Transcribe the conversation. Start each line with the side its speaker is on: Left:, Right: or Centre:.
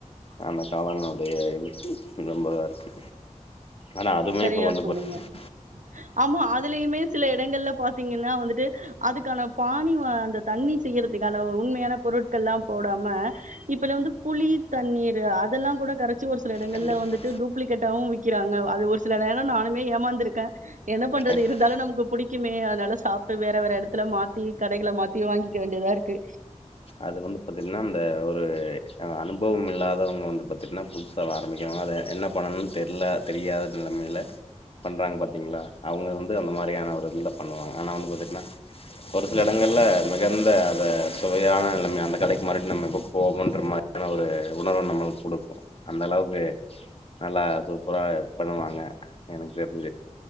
Left: அந்த காளானுடைய இது ரொம்பதா இருக்கு ஆனா அதுமே
Right: சரியா
Left: இப்ப வந்து
Right: சொன்னீங்க
Left: பாத்தீங்கன்னா
Right: ஆமா அதுலயுமே சில இடங்கள்ல பார்த்தீங்கன்னா வந்துட்டு அதுக்கான பாணி அந்த தண்ணி செய்யறதுக்கான உண்மையான பொருட்கள் எல்லாம் போடாம இப்பல வந்து புளி தண்ணீர் அதெல்லாம் கூட கர ச்சி ஒரு சில இடங்களல
Left: கண்டிப்பா
Right: வந்துட்டு டூப்ளிகேட்டவும் விக்கிறாங்க அது ஒரு சில நேரம் நானுமே ஏமாந்துிருக்கேன் என்ன பண்றது
Left: கண்டிப்பா
Right: இருந்தாலும் நமக்கு புடிக்குமே அதனால சாப்பட்டு வேற வேற இடத்துல மாத்தி கடைகள மாத்தியும் வாங்கிக்க வேண்டியதா இருக்கு
Left: அது வந்து பாத்தீங்கன்னா அந்த ஒரு அனுபவம் இல்லாதவங்க வந்து பாத்தீங்கன்னா புதுசா ஆரம்பிக்கிறவங்க அத என்ன பண்ணணும்னு தெர்ல தெரியாத நிலமையில பண்றாங்க பாத்தீங்களா அவங்க வந்து அந்த மாரியான ஒருல பண்ணுவாங்க ஆனா வந்து பாத்தீங்கன்னா ஒரு சில இடங்கள்ல மிகந்த அத சுவையான நிலம அந்த கடைக்கு மறுடி நம்ம இப்ப போவோன்ற மாரியான ஒரு உணர்வு நம்மளுக்கு கொடுக்கும் அந்த அளவுக்கு நல்லா சூப்பரா பண்ணுவாங்க எனக்கு தெரிஞ்சு